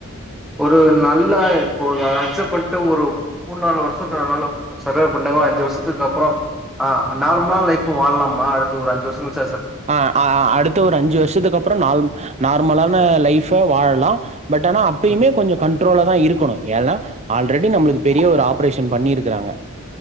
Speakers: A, in the centre; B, on the right.
A: ஒரு நல்லா இப்போ அத அக்சப்ட் பண்ட்டு ஒரு மூண் நாலு வருஷத்த நல்லா சர்வைவ் பண்ணாங்க அஞ்சு வருஷத்துக்கப்பறோ அ நார்மலா லைஃபு வாழலாமா அடுத்து ஒரு அஞ்சு வருஷங் கழிச்சி
B: அ ஆ அடுத்த ஒரு அஞ்சு வருஷத்துக்கப்புறோ நால் நார்மலான லைஃப வாழலா. பட் ஆனா அப்பியுமே
A: ம்
B: கொஞ்சோ கண்ட்ரோலா தா இருக்கணு ஏன்னா ஆல்ரெடி நம்மளுக்கு பெரிய ஒரு ஆப்ரேஷன் பண்ணிருக்குறாங்க.